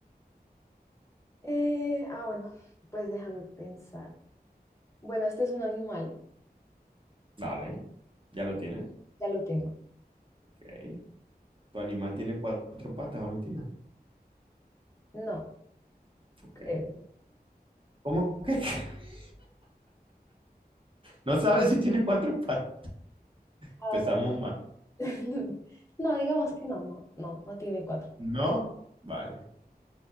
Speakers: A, on the left; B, on the right.
A: Eh, ah, bueno, pues déjame pensar. Bueno, este es un animal.
B: Vale, ¿ya lo tienes?
A: Ya lo tengo.
B: Ok. ¿Tu animal tiene cuatro patas, Valentina?
A: No,
B: Ok.
A: creo.
B: ¿Cómo que? <laughs> No sabes si tiene cuatro patas.
A: A
B: Empezamos
A: ver.
B: mal.
A: <laughs> No, digamos que no, no, no, no tiene cuatro.
B: No, vale.